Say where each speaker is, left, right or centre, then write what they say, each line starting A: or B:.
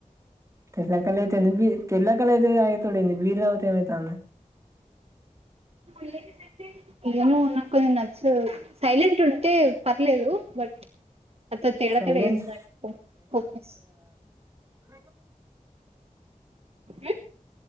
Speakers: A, on the right; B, on the right.
A: తెల్లకళయితేంది బీ తెల్లకల్లు అయితే అయితుడేంది బీర్ తాగితే ఏమైతాంది
B: ల్ స <unintelligible> ఏమో నాకు కొంచెం నచ్చదు సైలెంట్ ఉంటే పర్లేదు బట్ కొంచెం తేడా
A: సైలెన్స్
B: తేడా చేస్తరు కోపం వస్తది
A: మ <unintelligible>
B: ఏ <unintelligible>